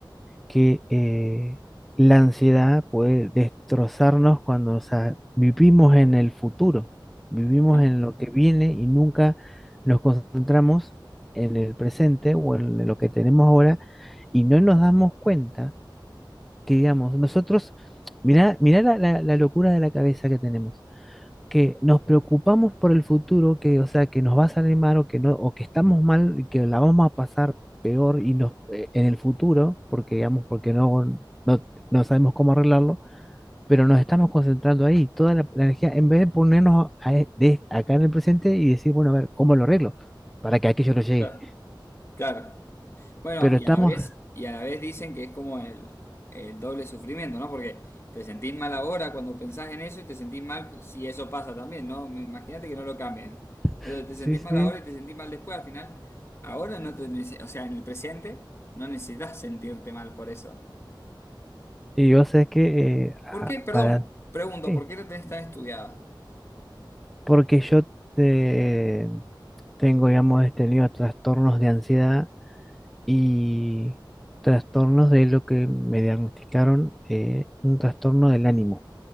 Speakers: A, in the centre; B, on the left.
A: que eh, la ansiedad puede destrozarnos cuando, o sea, vivimos en el futuro, vivimos
B: Ajá.
A: en lo que viene y nunca nos concentramos en el presente o en lo que tenemos ahora y no nos damos cuenta que, digamos, nosotros, mirá, mirá la, la- la locura de la cabeza que tenemos que nos preocupamos por el futuro, que, o sea, que nos va a salir mal o que no, o que estamos mal y que la vamos a pasar peor y nos, eh, en el futuro, porque digamos, porque no, no, no sabemos cómo arreglarlo, pero nos estamos concentrando ahí, toda la, la energía, en vez de ponernos a e- de- acá en el presente y decir, bueno, a ver, ¿cómo lo arreglo? Para que aquello no llegue.
B: Claro. claro. Bueno,
A: Pero
B: y
A: estamos,
B: a la vez, y a la vez dicen que es como el, el doble sufrimiento, ¿no? Porque te sentís mal ahora cuando pensás en eso y te sentís mal si eso pasa también, ¿no? Imagínate que no lo cambien.
A: <laughs>
B: Entonces te
A: sí,
B: sentís
A: sí,
B: mal ahora y te sentís mal después. Al final, ahora no te, nece- o sea, en el presente no necesitas sentirte mal por eso.
A: y yo sé que, eh,
B: ¿Por
A: a-
B: qué? Perdón,
A: para,
B: pregunto,
A: sí,
B: ¿por qué la tenés tan estudiada?
A: porque yo te, tengo, digamos, he tenido trastornos de ansiedad y trastornos de lo que me diagnosticaron, eh, un trastorno del ánimo.